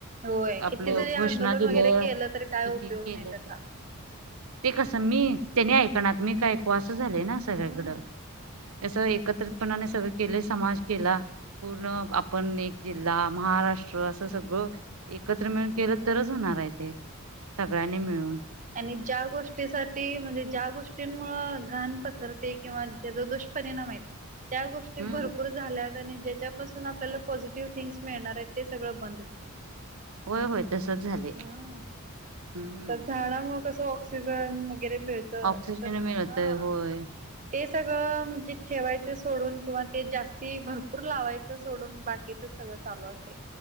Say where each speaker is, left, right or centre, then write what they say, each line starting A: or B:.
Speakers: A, on the right (about 35°); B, on the right (about 75°).
A: होय
B: आपलं
A: किती जरी
B: घोषणा
A: आंदोलन
B: दिलं.
A: वगैरे केलं तरी काय
B: क
A: उपयोग
B: केलेत
A: नाही त्याचा
B: ते कस मी त्याने ऐकणार मी काय. कसं झालंय ना सगळीकडं
A: हम्म
B: एकत्रितपणाने सगळ केले समाज केला. पूर्ण आपण एक. जिल्हा महाराष्ट्र असं सगळं एकत्र मिळून केलं तरच होणार आहे इथे. सगळ्यांनी मिळून.
A: आणि ज्या गोष्टीसाठी म्हणजे ज्या गोष्टींमुळं घाण पसरते किंवा त्याचा दुष्परिणाम य
B: <unintelligible>
A: त्या गोष्टी
B: हम्म
A: भरपूर. झाल्या आणि ज्याच्यापासून आपल्याला पॉझिटिव्ह थिंग्स मिळणार आहेत ते सगळं बंद झाले.
B: होय होय तसच झाले.
A: हा
B: हम्म
A: तर झाडामुळे कसं ऑक्सिजन वगैरे मिळतं
B: ऑक्सिजन
A: तर
B: मिळतय
A: हा.
B: होय
A: ते सगळं म्हणजे ठेवायचं सोडून किंवा ते जास्ती भरपूर लावायचं सोडून बाकी. सगळं चालू असते.